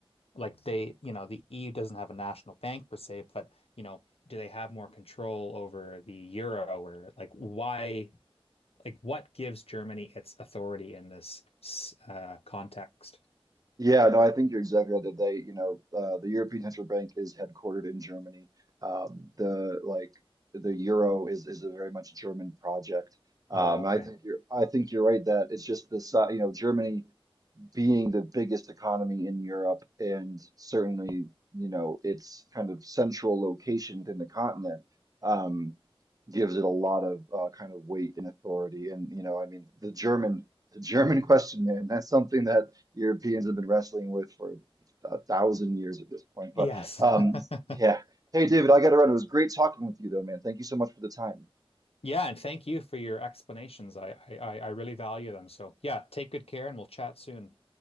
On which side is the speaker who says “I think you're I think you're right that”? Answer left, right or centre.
Right